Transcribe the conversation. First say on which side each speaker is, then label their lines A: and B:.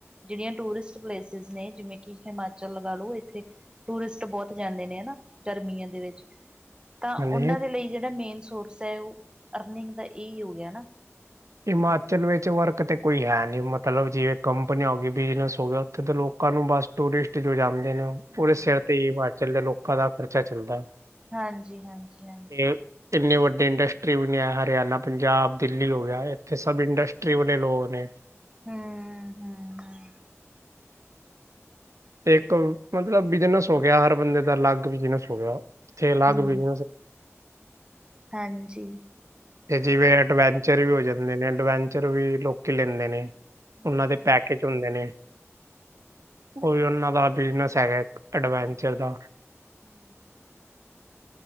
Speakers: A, on the right; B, on the right.
A: ਜਿਹੜੀਆਂ ਟੂਰਿਸਟ ਪਲੇਸਿਸ ਨੇ ਜਿਵੇਂ, ਕਿ ਹਿਮਾਚਲ ਲਗਾ ਲੋ ਇੱਥੇ ਟੂਰਿਸਟ ਬਹੁਤ ਜਾਂਦੇ ਨੇ ਹਨਾ ਗਰਮੀਆਂ ਦੇ ਵਿੱਚ ਤਾਂ ਉਹਨਾਂ
B: ਹਾਂਜੀ
A: ਦੇ ਲਈ ਜਿਹੜਾ ਮੇਨ ਸੋਰਸ ਐ ਉਹ ਅਰਨਿੰਗ ਦਾ ਇਹੀ ਹੋ ਗਿਆ ਨਾ।
B: ਹਿਮਾਚਲ ਵਿੱਚ ਵਰਕ ਤੇ ਕੋਈ ਹੈ ਨੀ ਮਤਲਬ ਜਿਵੇਂ, ਕੰਪਨੀਆਂ ਹੋ ਗਈਆਂ, ਬਿਜਨਸ ਹੋ ਗਿਆ, ਉੱਥੇ ਤੇ ਲੋਕਾਂ ਨੂੰ ਬਸ ਟੂਰਿਸਟ ਜੋ ਜਾਂਦੇ ਨੇ
A: ਹਮ
B: ਉਹਦੇ ਸਿਰ ਹੀ ਹਿਮਾਚਲ ਲੋਕਾਂ ਦਾ ਖਰਚਾ ਚੱਲਦਾ।
A: ਹਾਂਜੀ-ਹਾਂਜੀ-ਹਾਂਜੀ।
B: ਇਹ ਇੰਨੇ ਵੱਡੇ ਇੰਡਸਟਰੀ ਬਣਿਆ ਹਰਿਆਣਾ, ਪੰਜਾਬ, ਦਿੱਲੀ, ਹੋ ਗਿਆ ਏ। ਇੱਥੇ ਸਭ ਇੰਡਸਟਰੀ ਵਾਲੇ ਲੋਕ ਨੇ
A: ਹੂੰ-ਹੂੰ-ਹੂੰ।
B: ਇੱਕ ਮਤਲਬ, ਬਿਜਨਸ ਹੋ ਗਿਆ ਹਰ ਬੰਦੇ ਦਾ ਅਲੱਗ ਬਿਜਨਸ ਹੋ ਗਿਆ, ਇੱਥੇ ਅਲੱਗ
A: ਹੂੰ
B: ਬਿਜਨਸ
A: ਹਾਂਜੀ।
B: ਤੇ ਜਿਵੇਂ, ਅਡਵੈਂਚਰ ਵੀ ਹੋ ਜਾਂਦੇ ਨੇ ਅਡਵੈਂਚਰ ਵੀ ਲੋਕੀ ਲੈਂਦੇ ਨੇ।
A: ਹੂੰ
B: ਉਹਨਾਂ ਦੇ ਪੈਕੇਜ ਹੁੰਦੇ ਨੇ। ਉਹੀ ਉਹਨਾਂ ਦਾ ਬਿਜਨਸ ਹੈਗਾ ਇੱਕ ਐਡਵੈਂਚਰ ਦਾ
A: ਹੂੰ